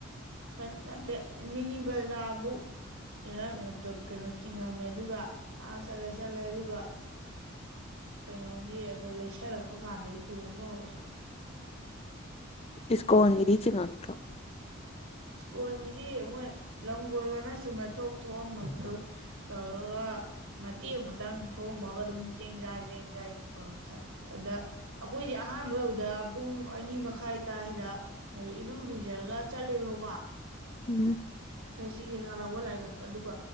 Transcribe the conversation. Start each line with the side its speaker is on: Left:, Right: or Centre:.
Right: ꯀꯩꯅꯣ ꯅꯠꯇꯦ ꯃꯤꯅꯤ ꯕꯖꯥꯔꯕꯨ <unintelligible> ꯀꯩꯅꯣ ꯆꯤꯡꯉꯝꯃꯦ ꯑꯗꯨꯒ ꯑꯥ ꯆꯠꯂꯦ ꯆꯠꯂꯦ ꯑꯗꯨꯒ ꯀꯩꯅꯣꯒꯤ ꯑꯗꯨ ꯂꯩꯁꯜꯂꯛꯄ ꯀꯥꯟꯗꯩ ꯇꯣꯡꯕ ꯍꯧꯔꯦ
Left: ꯏꯁꯀꯣꯟꯒꯤꯗꯤ ꯆꯤꯡꯉꯛꯇ꯭ꯔꯣ
Right: ꯏꯁ꯭ꯀꯣꯟꯒꯤꯗꯤ ꯃꯣꯏ ꯂꯝ ꯀꯣꯏꯕꯅ ꯆꯨꯝꯅ ꯊꯣꯛ ꯊꯣꯛꯑꯝꯃꯒ ꯑꯗꯨꯝ ꯇꯧꯔꯒ ꯃꯇꯦꯛ ꯑꯃ ꯈꯇꯪ ꯊꯣꯝꯃꯒ ꯑꯗꯨꯝ ꯆꯦꯡ ꯖꯥ ꯆꯦꯡꯖꯥꯥꯏ ꯇꯧꯔꯝ ꯆꯪꯒ꯭ꯔꯦ ꯑꯗꯨꯗ ꯑꯈꯣꯏꯗꯤ ꯑꯍꯥꯟꯕ ꯎꯕꯗ ꯄꯨꯡ ꯑꯅꯤ ꯃꯈꯥꯏ ꯇꯥꯏꯗ ꯏꯔꯨ ꯂꯨꯖꯔꯒ ꯆꯠꯂꯦꯕꯀꯣ
Left: ꯎꯝ
Right: ꯈꯦꯆꯤ ꯀꯩꯀꯥ ꯂꯧꯕ ꯂꯥꯏ ꯀꯠꯄ ꯑꯗꯨꯒ